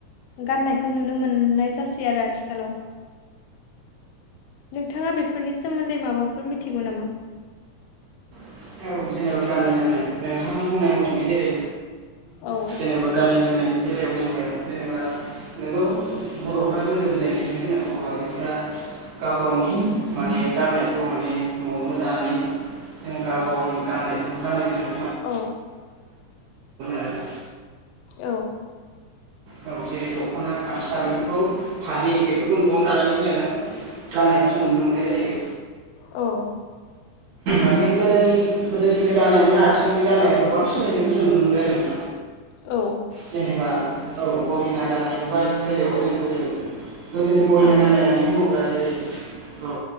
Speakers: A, on the left (about 85°); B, on the right (about 80°).
A: गाननायखौ नुनो मोननाय जासै आरो आथिखालाव। नोंथाङा बेफोरनि सोमोन्दै माबाफोर मिथिगौ नामा?
B: औ जेनोबा गाननाय जोमनाय नोंथांनि बुंनाय मथेनो जेरै
A: औ
B: जेनोबा गाननाय जोमनायनि बेलायाव बुंबाय आङो जेनोबा नोंगौ बर'फ्रा गोदो गोदायनिफ्रायनो जोंना बर' आइजोफ्रा गाव गावनि माने गाननायखौ माने न'आवनो दानानै जों गाव गावनि गाननायखौ गानोमोन
A: औ।
B: आरो
A: औ।
B: औ जेरै दख'ना गामसा बेफोरखौ फालि बेफोरखौ न'आवनो दानानै जोङो गाननायखौ जों नुनो मोननाय जायो।
A: औ।
B: मानि गोदोनि गोदोनिफ्राय गाननाय माने आथिखालनि गाननाय गोबां सोलायनायखौ जों नुनो मोनबाय आरो ना।
A: औ
B: जेनेबा औ गहेना गाननायनिफ्राय बेलायावबो जों गोदो गोदोनि गहेना
A: औ
B: गाननाय माने बुङोब्ला जेरै औ औ